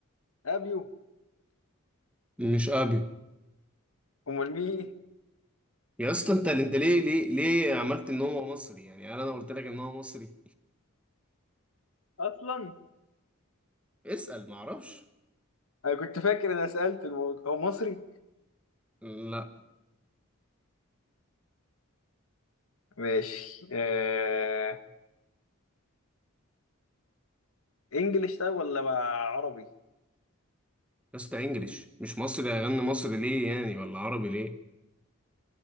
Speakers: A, on the left; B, in the centre.
A: ابيو
B: مش ابيو
A: امال مين
B: يا اسطى انت انت ليه ليه ليه عملت ان هو مصري يعني انا لو قلت لك ان هو مصري
A: اصلا
B: <laughs> اسأل معرفش
A: انا كنت فاكر انا سألت الموضوع هو مصري
B: لا
A: ماشي آه... انجلش ده ولا بقى عربي
B: يا اسطى انجليش مش مصري هيغني مصري ليه يعني ولا عربي ليه